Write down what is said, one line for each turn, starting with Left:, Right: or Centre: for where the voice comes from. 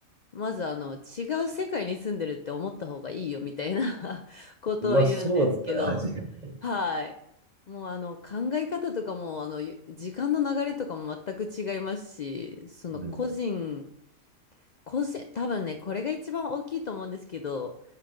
Left: まずあの違う世界に住んでるって思った方がいいよみたいな <laughs> ことを言うんですけど、
Right: まあそうですね、アジア。
Left: はい。もうあの考え方とかもあのゆ時間の流れとかも全く違いますし、その個人
Right: うん。
Left: 個人、多分ね、これが一番大きいと思うんですけど、